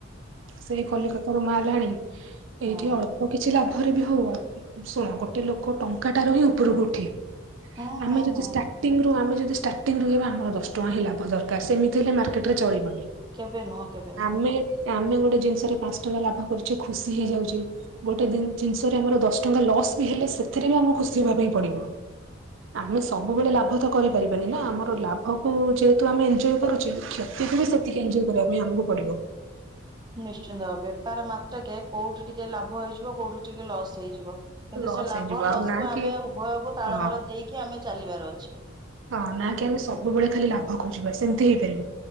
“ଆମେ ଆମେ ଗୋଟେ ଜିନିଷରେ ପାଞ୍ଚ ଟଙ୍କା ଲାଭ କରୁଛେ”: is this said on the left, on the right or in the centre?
Right